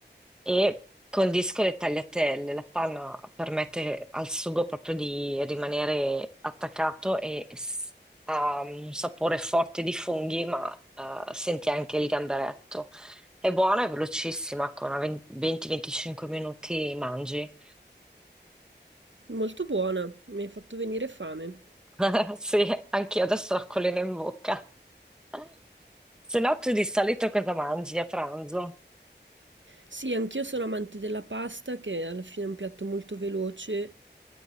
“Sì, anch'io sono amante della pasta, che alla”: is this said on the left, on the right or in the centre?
Right